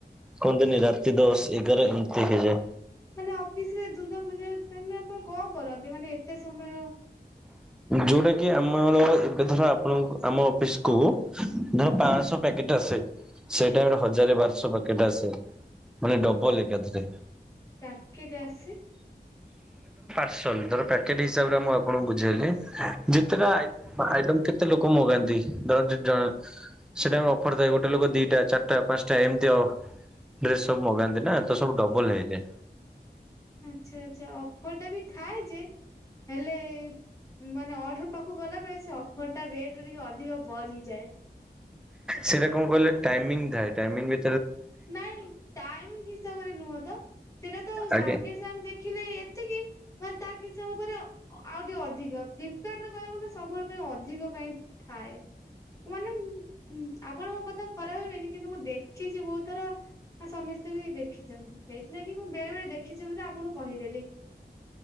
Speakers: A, in the centre; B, on the left.
A: କୁହନ୍ତିନି ରାତି ଦଶ ଏଗାର ଏମିତି ହେଇଯାଏ।
B: ମାନେ ଅଫିସରେ ଦୁର୍ଗା ପୂଜା ଟାଇମ୍ ରେ ଆପଣ କଣ କରନ୍ତି ମାନେ ଏତେ ସମୟ?
A: ଯୋଉଟା କି ଆମର ଏବେ ଧର ଆପଣଙ୍କ ଆମ ଅଫିସକୁୁ ଧର ପାନ୍ସଶ ପ୍ୟାକ୍ ଟ୍ ଆସେ ସେ ଟାଇମ୍ ରେ ହଜାର ବାରଶ ପ୍ୟାକେଟ ଆସେ। ମାନେ ଡବଲ ଏକାଥରେ।
B: ପ୍ୟାକେଟ ଆସେ?
A: ସଲ ଧର ପ୍ୟାକେଟ୍ ହିସାବରେ ମୁଁ ଆପଣଙ୍କୁ ବୁଝେଇଲି। ଯେତେଟା ଆଇ ଆଇଟମ୍ କେତେ ଲୋକ ମଗାନ୍ତି। ଧର ଜ ଜ ସେଟା ଟାଇମ୍ ରେ ଅଫର ତ ଗୋଟେ ଲୋକ ଦିଟା, ଚାରିଟା, ପାନ୍ସଟା ଏମିତି ହବ। ଡ୍ରେସ ସବୁ ମଗାନ୍ତି ନା ତ ସବୁ ଡବଲ ହେଇଯାଏ।
B: ଆଚ୍ଛା ଆଚ୍ଛା ଅଫର ଟା ବି ଥାଏ ଯେ ହେଲେ ମାନେ ଅର୍ଡର ପାକ୍ କୁ ଗଲା ବେଳେ ସେ ଅଫର ଟା ରେଟ ଟିକେ ଅଧିକ ବଢ଼ିଯାଏ।
A: ସେଇଟା କଣ କହିଲେ ଟାଇମିଂ ଥାଏ। ଟାଇମିଂ ୱି
B: ନାଇଁ ଟାଇମିଂ ହିସାବରେ ନୁହଁ ତ। ସେଟା ତ ସାଙ୍ଗେ
A: ଆଜ୍ଞା।
B: ସାଙ୍ଗେ ଦେଖିଲେ ଏତ୍ ମାନେ ତା କିଛି ସମୟ ପରେ ଆଉ ଟିକେ ଅଧିକ, ଫ୍ଲିପକାର୍ଟ ରେ କହିବାକୁ ଗଲେ ସବୁବେଳେ ପାଇଁ ଅଧିକ କାହିଁ ଥାଏ? ମାନେ ଉଁ ଆପଣଙ୍କ ମୋ କଥାକୁ ଖରାପ ଭାବିବେନି କିନ୍ତୁ ମୁଁ ଦେଖିଚି ବହୁତ ଥର। ଆଉ ସମସ୍ତେ ବି ଦେଖିଚନ୍ତି। ସେଇଥିଲାଗି ମୁଁ ବେଳେ ବେଳେ ଦେଖିଚି ବୋଲି ତ ଆପଣଙ୍କୁ କହିଦେଲି।